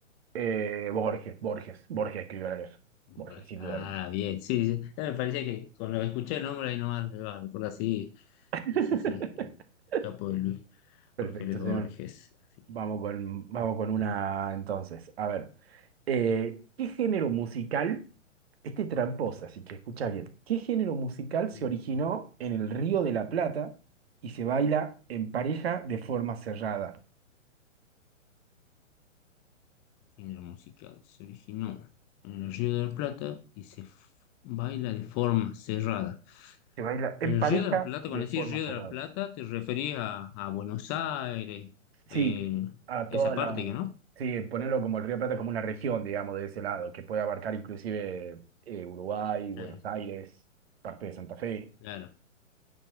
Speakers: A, on the right (about 50°); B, on the left (about 20°).
A: Eh, Borges, Borges, Borges escribió la leer.
B: Borges.
A: Borges, sin
B: Ah,
A: duda alguna.
B: bien. Sí, sí. Ya me parecía que cuando escuché el nombre ahí nomás me va a recordar. Sí,
A: <laughs>
B: sí, sí. sí. El capo de Luis,
A: Perfecto,
B: Jorge Luis
A: señor.
B: Borges. Así que.
A: Vamos con, vamos con una entonces. A ver, eh, ¿qué género musical? Este es tramposa, así que escucha bien. ¿Qué género musical se
B: uh.
A: originó en el Río de la Plata y se baila en pareja de forma cerrada?
B: Género musical. Se originó en el Río de la Plata y se f- baila de forma cerrada.
A: Se baila en
B: En el
A: pareja
B: Río de la Plata,
A: de
B: cuando
A: forma
B: decís Río
A: cerrada.
B: de la Plata, te referís a, a Buenos Aires,
A: Sí,
B: eh,
A: a
B: esa
A: toda
B: parte
A: la...
B: que no.
A: Sí, ponerlo como el Río de la Plata como una región, digamos, de ese lado, que puede abarcar inclusive eh, Uruguay,
B: Claro,
A: Buenos Aires, parte de Santa Fe.
B: claro.